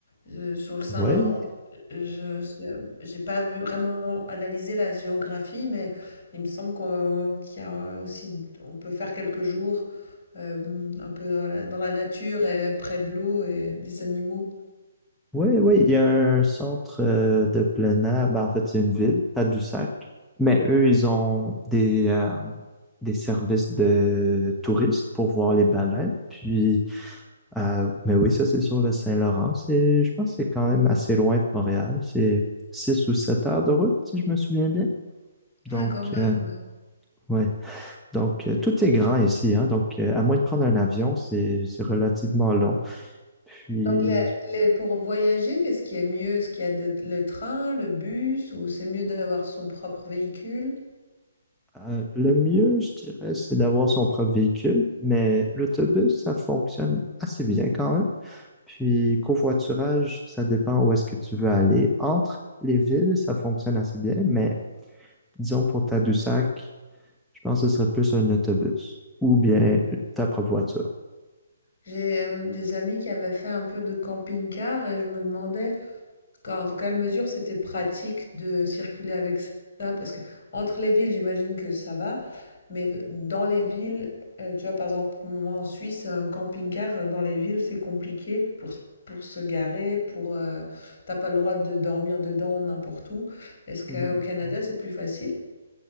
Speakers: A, on the left; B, in the centre.
A: heu, sur le Saint-Laurent.
B: Ouais,
A: Je sais, j'ai pas vu vraiment analysé la géographie, mais il me semble qu'on qu'il y a aussi on peut faire quelques jours, hem, un peu dans la dans la nature et près de l'eau et des animaux.
B: ouais, ouais. Il y a un centre euh, de plein air. Ben, en fait, c'est une ville, Tadoussac. Mais eux, ils ont des, euh, des services de touristes pour voir les baleines. Puis Euh, mais oui, ça c'est sur le Saint-Laurent. C'est, je pense que c'est quand même assez loin de Montréal. C'est 6 ou 7 heures de route, si je me souviens bien. Donc,
A: Ah quand même,
B: euh,
A: ouais.
B: ouais. Donc, euh, tout est grand ici, hein. Donc, euh, à moins de prendre un avion, c'est c'est relativement long. Puis,
A: Donc les les pour voyager, qu'est-ce qui est mieux? Est-ce qu'il y a de le train, le bus ou c'est mieux d'avoir son propre véhicule?
B: euh, le mieux, je dirais, c'est d'avoir son propre véhicule, mais l'autobus, ça fonctionne assez bien quand même. Puis, covoiturage, ça dépend où est-ce que tu veux aller. Entre les villes, ça fonctionne assez bien, mais disons pour Tadoussac, Je pense que ce serait plus un autobus ou bien ta propre voiture.
A: J'ai, hem, des amis qui avaient fait un peu de camping-car et je me demandais D'accord, dans quelle mesure c'était pratique de circuler avec ça? Parce que entre les villes, j'imagine que ça va, mais dans les villes, euh, tu vois, par exemple, moi en Suisse, un camping-car euh, dans les villes, c'est compliqué pour, s- pour se garer, pour euh, t'as pas le droit de dormir dedans n'importe où. Est-ce qu'au
B: Mhm.
A: Canada, c'est plus facile?